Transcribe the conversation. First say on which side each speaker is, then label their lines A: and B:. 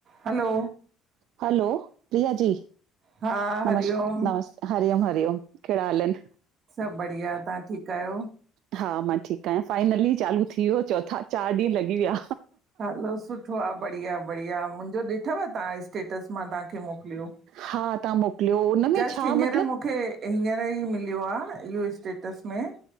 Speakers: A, on the right; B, on the right.
A: हलो
B: hello Priya ji
A: हा
B: नमश
A: हरिओम
B: नमस्त हरिओम हरिओम कहिड़ा हाल आहिन?
A: सभ बढ़िया, तव्हां ठीकु आहियो?
B: हा मां ठीकु आहियां, फाइनली चालू थी वियो चौथा था चारि ॾींहं लॻी विया
A: हलो, सुठो आ बढ़िया बढ़िया मुंहिंजो ॾिठव तव्हां स्टेटस मां तव्हांखे मोकिलियो?
B: हा तव्हां मोकिलियो हो, उन में
A: जस्ट
B: छा
A: हींअर
B: मतिलब
A: मूंखे हींअर ई मिलियो आ इहो स्टेटस में